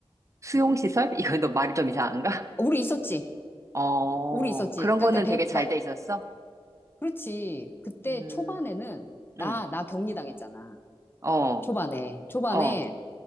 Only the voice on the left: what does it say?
우리 있었지.
우리 있었지.
그러니까,
대,
그러니까,
그렇지. 그때
초반에는 나,
나 격리당했잖아.
초반에, 초반에,